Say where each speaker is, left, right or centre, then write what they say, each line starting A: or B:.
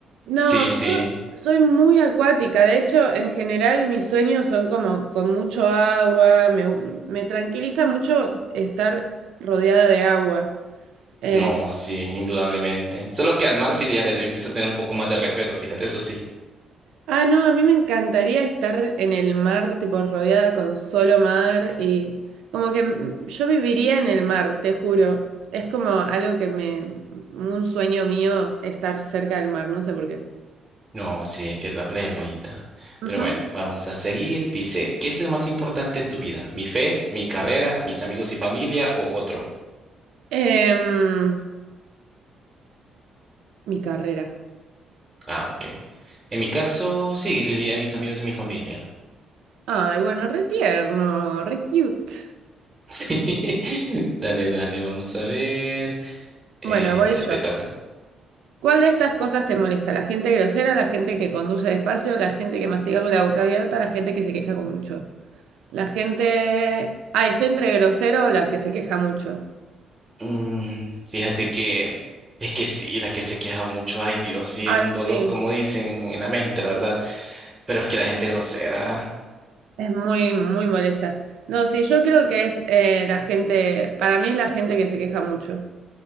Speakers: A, on the right; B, on the right.
A: No,
B: Sí,
A: yo
B: sí,
A: soy muy acuática, de hecho, en general mis sueños son como con mucho agua, me, me tranquiliza mucho estar rodeada de agua. Eh,
B: no, sí, indudablemente. Solo que al mar sí ya le empiezo a tener un poco más de respeto, fíjate, eso sí.
A: ah, no, a mí me encantaría estar en el mar, tipo rodeada con solo mar y como que mm, yo viviría en el mar, te juro. Es como algo que me, un sueño mío estar cerca del mar, no sé por qué.
B: No, sí, es que la playa es bonita.
A: Ujú.
B: Pero bueno, vamos a seguir. Dice, ¿qué es lo más importante en tu vida? ¿Mi fe, mi carrera, mis amigos y familia o otro?
A: Em, mi carrera.
B: Ah, ok. En mi caso, sí, le diría a mis amigos y mi familia.
A: Ay, bueno, re tierno, re cute.
B: <laughs> Dale, dale, vamos a ver. Eh,
A: Bueno, voy
B: dale,
A: yo.
B: te toca.
A: ¿Cuál de estas cosas te molesta? ¿La gente grosera, la gente que conduce despacio, la gente que mastica con la boca abierta, la gente que se queja con mucho? La gente... Ay, estoy entre grosero o la que se queja mucho.
B: Mm, fíjate que es que sí, la que se queja mucho, ay Dios, sí,
A: Ay,
B: es un dolor,
A: sí.
B: como dicen en la mente, la verdad. Pero es que la gente grosera.
A: Es muy, muy molesta. No, sí, yo creo que es eh, la gente... Para mí es la gente que se queja mucho.